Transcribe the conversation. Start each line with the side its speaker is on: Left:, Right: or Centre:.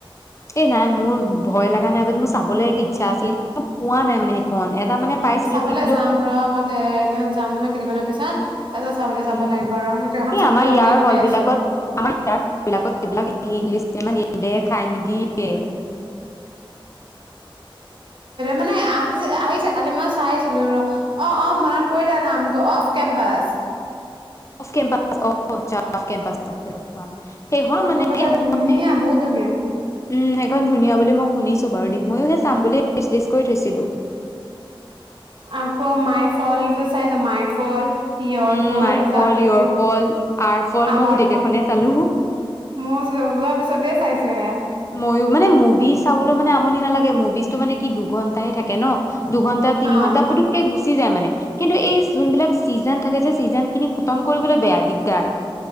Left: এই নাই মোৰ ভয় লাগা নাই বাট মোৰ চাবলৈ এক ইচ্ছা আছিলে ম পোৱা নাই মানে সেইখন এটা মানে পাইছিলো
Right: চাবলৈ
Left: কিন্তু
Right: যাম ৰ মই ট্ৰেইনত যাম নহয় কেইদিনমানৰ পিছত। তাৰপিছত চাবলৈ যাব
Left: উম।
Right: লাগিব ৰ মই কিবা এখন
Left: এই
Right: চাবলৈ
Left: আমাৰ
Right: যাম
Left: ইয়াৰ
Right: বুলি ভাবি
Left: হল
Right: আছো।
Left: বিলাকত, আমা ইয়াৰ হল বিলাকবিলাক ইংলিছ তে ইমান নে দে খাই, নিদিয়ে।
Right: মানে, আহি, আহিছে কালি মই চাইছিলো ৰ, অ, অ, মনত পৰিলে নামটো অফ কেম্পাচ।
Left: অফ কেম্পাচ, অ আচ্ছা, অফ কেম্পাচ অ সেইখনো
Right: অফ
Left: মানেই
Right: কেম্পাচ চাইছো
Left: <unintelligible>
Right: ধুনীয়া বহুত ধুনীয়া।
Left: উম, সেইখন ধুনীয়া বুলি মই শুনিছো, বাৰু দেই ময়ো সে, চাম বুলি <unintelligible> কৈ থৈছিলো
Right: আকৌ মাই ফল্ট টো চাইছ, my fault your
Left: um
Right: fault,
Left: my ফল
Right: তাৰ পিছ
Left: ইয়ৰ ফল আৰ ফল
Right: আৱাৰ
Left: মই গোটেই
Right: ফল,
Left: কেইখনে চালো
Right: মোৰ ওলোৱাৰ পিছতে চাইছো। সেয়া।
Left: ময়ো, মানে মুভি চাবলৈ মানে আমনি নালাগে, মুভিজ তটো মানে, কি দুঘণ্টাই থাকে ন? দুঘন্টা, তিনি
Right: অ।
Left: ঘন্টা, পুতুককে গুচি যায়, মানে কিন্তু এই যোনবিলাক চিজন থাকে, যে চিজন খিনি খতম কৰিবলৈ, বেয়া দিগদাৰ।